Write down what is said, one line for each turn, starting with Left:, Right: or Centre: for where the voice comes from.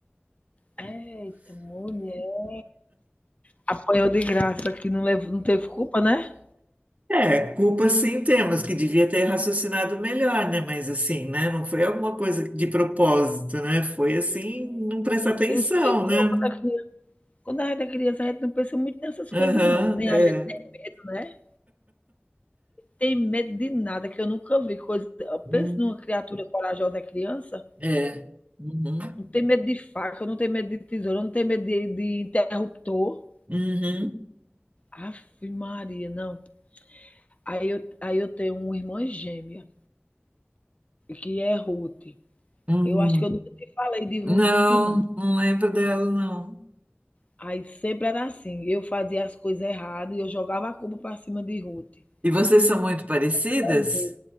Left: eita, mulher. Apanhou de graça, que não, levou, não teve culpa, né?
Right: É, culpa sim temos, que devia ter raciocinado melhor, né? Mas assim, né? Não foi alguma coisa de propósito, né? Foi assim, não prestar atenção,
Left: Isso mesmo.
Right: né?
Left: Não, quando, a criança, quando a gente é criança, a gente não pensa muito nessas
Right: Aham,
Left: coisas, não. Nem
Right: é.
Left: a gente, né? Tem medo de nada, que eu nunca vi. Coisa...
Right: Hum.
Left: Pensa numa criatura corajosa é criança.
Right: É. Uhum.
Left: Não tem medo de faca, não tem medo de tesoura, não tem medo de, de interruptor.
Right: Uhum.
Left: Aff, Maria, não. Aí eu, aí eu tenho uma irmã gêmea, que é Ruth.
Right: Uhum.
Left: Eu acho que eu nunca te falei de Ruth,
Right: Não,
Left: não.
Right: não lembro dela, não.
Left: Aí sempre era assim, eu fazia as coisas erradas, e eu jogava a culpa para cima de Ruth,
Right: E vocês são muito parecidas?
Left: todas as vezes.